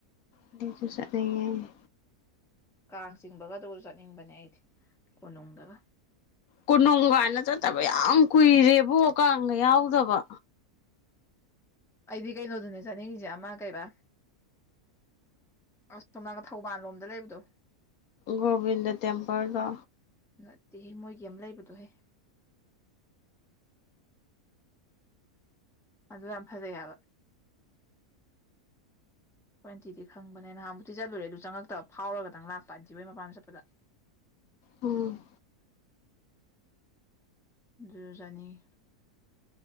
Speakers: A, on the left (about 70°); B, in the centre.
A: ꯑꯗꯨꯁꯨ ꯆꯠꯅꯤꯡꯉꯦ
B: ꯀꯥꯡ ꯆꯤꯡꯕꯒꯗꯣ ꯆꯠꯅꯤꯡꯕꯅꯦ ꯑꯩꯗꯤ ꯀꯣꯅꯨꯡꯗꯒ
A: ꯀꯣꯅꯨꯡ ꯒꯥꯏꯅ ꯆꯠꯇꯕ ꯌꯥꯝ ꯀꯨꯏꯔꯦꯕꯣ ꯀꯥꯡꯒ ꯌꯥꯎꯗꯕ
B: ꯑꯩꯗꯤ ꯀꯩꯅꯣꯗꯨꯅꯦ ꯆꯥꯅꯤꯡꯉꯤꯁꯦ ꯑꯃ ꯀꯩꯕ ꯑꯁꯣꯝꯅꯥꯒ ꯊꯧꯕꯥꯜ ꯂꯣꯝꯗ ꯂꯩꯕꯗꯣ
A: ꯒꯣꯕꯤꯟꯗ ꯇꯦꯝꯄꯜꯂꯣ
B: ꯅꯠꯇꯦꯍꯦ ꯃꯣꯏꯒꯤ ꯑꯃ ꯂꯩꯕꯗꯣꯍꯦ ꯑꯗꯨ ꯌꯥꯝ ꯐꯖꯩ ꯍꯥꯏꯕ ꯑꯩꯈꯣꯢ ꯑꯟꯇꯤꯗꯤ ꯈꯪꯕꯅꯦ ꯅꯍꯥꯟꯃꯨꯛꯇꯤ ꯆꯠꯂꯨꯔꯦ ꯑꯗꯨ ꯆꯪꯉꯛꯇꯕ ꯐꯥꯎꯔꯒꯗꯪ ꯂꯥꯛꯄ ꯑꯟꯇꯤꯍꯣꯏ ꯃꯄꯥꯝ ꯆꯠꯄꯗ
A: ꯎꯝ
B: ꯑꯗꯨꯖꯨ ꯆꯠꯅꯤꯡꯉꯤ